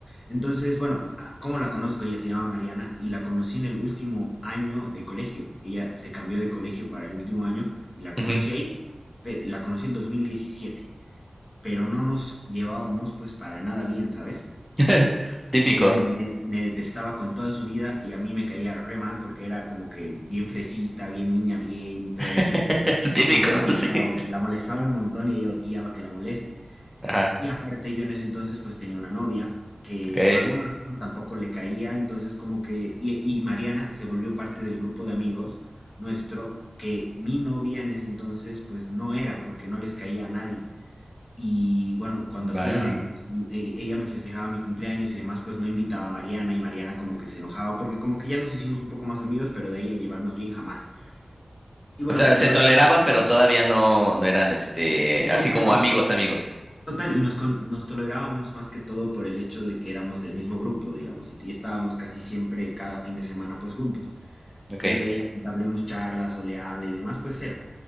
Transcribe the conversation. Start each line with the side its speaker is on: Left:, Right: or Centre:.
Left: Entonces, bueno, a- ¿cómo la conozco? Ella se llama Mariana y la conocí en el último año de colegio. Ella se cambió de colegio para el último año y la conocí
Centre: ujú.
Left: ahí, pe- la conocí el dos mil diecisiete pero no nos llevábamos pues para nada bien, ¿sabes?
Centre: <laughs> Típico.
Left: Ella me, me detestaba con toda su vida y a mí me caía re mal porque era como que bien fresita, bien niña bien y todo
Centre: <laughs>
Left: eso.
Centre: Típico,
Left: Y pues yo la molestaba,
Centre: sí.
Left: la molestaba un montón y ella odiaba que la moleste.
Centre: Ajá,
Left: Y aparte yo en ese entonces pues tenía una novia que
Centre: ok,
Left: por alguna razón tampoco le caía, entonces como que... Y, y Mariana se volvió parte del grupo de amigos nuestro que mi novia en ese entonces pues no era porque no les caía a nadie. Y bueno, cuando
Centre: vale.
Left: hacía, pues, e- ella me festejaba mi cumpleaños y demás, pues no invitaba a Mariana y Mariana como que se enojaba porque como que ya nos hicimos un poco más amigos, pero de ahí a llevarnos bien jamás. Y bueno,
Centre: O sea,
Left: yo,
Centre: se toleraban, pero todavía no, no eran, este,
Left: y y como
Centre: así como
Left: que nos,
Centre: amigos, amigos.
Left: total, y nos, con- nos tolerábamos más que todo por el hecho de que éramos del mismo grupo, digamos, y, y estábamos casi siempre cada fin de semana pues juntos.
Centre: Ok.
Left: pero de ella que hablemos charlas o le hable y demás, pues cero.